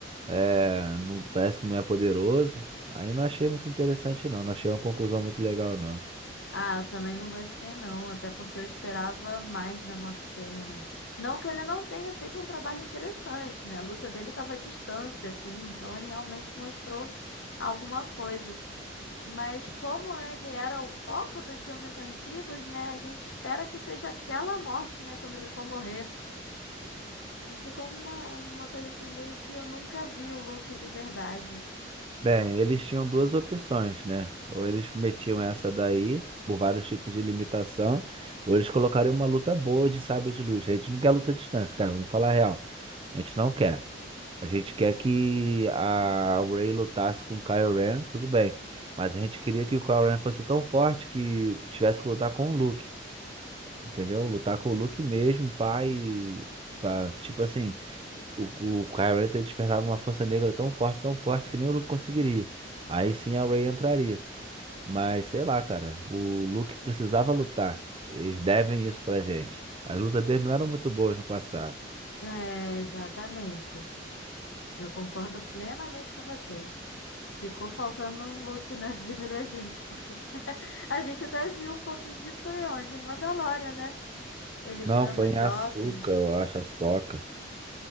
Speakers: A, on the right; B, on the left.
A: é, não, parece que não é poderoso, aí não achei muito interessante não, não achei uma conclusão muito legal não.
B: Ah, eu também não gostei não, até porque eu esperava mais da morte dele, né? Não que ele não tenha feito um trabalho interessante, né? A luta dele estava à distância, assim, então ele realmente mostrou alguma coisa. Mas como ele era o foco dos filmes antigos, né? A gente espera que seja aquela morte, né? Quando ele for morrer. E ficou uma, uma coisa assim, meio que eu nunca vi o Luke de verdade.
A: Bem, eles tinham duas opções, né? Ou eles metiam essa daí, por vários tipos de limitação, ou eles colocariam uma luta boa de sabre de luz. A gente não quer luta à distância, cara, vamos falar a real. A gente não quer. A gente quer que a Ray lutasse com o Kylo Ren, tudo bem. Mas a gente queria que o Kylo Ren fosse tão forte que tivesse que lutar com o Luke, entendeu? Lutar com o Luke mesmo, pai, pá, tipo assim. O, o Kyrie ter despertado uma força negra tão forte, tão forte que nem o Luke conseguiria. Aí sim a Ray entraria. Mas sei lá, cara, o Luke precisava lutar. Eles devem isso pra gente. As lutas dele não eram muito boas no passado.
B: É, exatamente. Eu concordo plenamente com você. Ficou faltando um Luke na <laughs> vida da gente, porque <laughs> a gente até viu um pouquinho disso foi onde? Em Mandalorian, né? Ele
A: Não,
B: chegando
A: foi em
B: jovem.
A: Asuka, eu acho, a Soca.